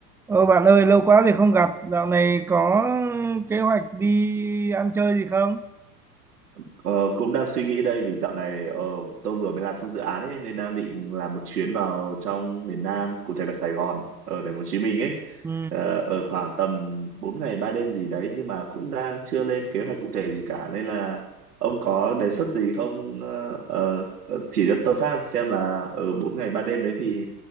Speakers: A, in the centre; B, on the right.
A: Ờ bạn ơi, lâu quá rồi không gặp. Dạo này có kế hoạch đi ăn chơi gì không?
B: Ờ, cũng đang suy nghĩ đây vì dạo này ờ, tôi vừa mới làm xong dự án ấy nên đang định làm một chuyến vào trong miền Nam cụ thể là Sài Gòn ở thành phố Hồ Chí Minh ấy
A: Ừ,
B: Ờ, ở khoảng tầm 4 ngày 3 đêm gì đấy nhưng mà cũng đang chưa lên kế hoạch cụ thể gì cả nên là ông có đề xuất gì không Ờ, ờ, ờ, chỉ cho tôi phát xem là ở 4 ngày 3 đêm đấy thì